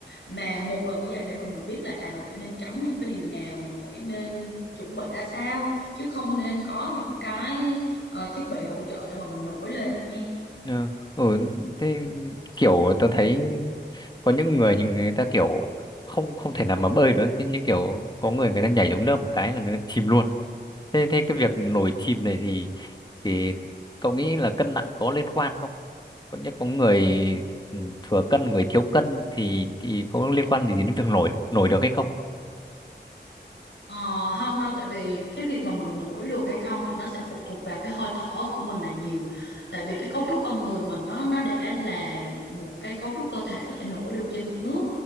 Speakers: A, on the left; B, on the left.
A: mà một lần như vậy để mình mình biết là à mình phải nên tránh những cái điều nào mình phải nên chuẩn bị ra sao chứ không nên có những cái ờ, thiết bị hỗ trợ để mà mình nổi lên nha
B: Ừ. Ừ. Thế kiểu tao thấy có những người nhưng người ta kiểu không không thể nào mà bơi được thế nhưng kiểu có người người ta nhảy xuống nước một cái là người ta chìm luôn thế thế cái việc nổi chìm này thì thì cậu nghĩ là cân nặng có liên quan không có nhất có người ừ, thừa cân người thiếu cân thì thì có liên quan gì đến việc nổi nổi được hay không
A: Ờ, không đâu tại vì cái việc mà mình nổi được hay không thì nó sẽ phụ thuộc vào cái hơi thở của mình là nhiều tại vì cái cấu trúc con người mình nó nó đã là một cái cấu trúc cơ thể có thể nổi được trên mặt nước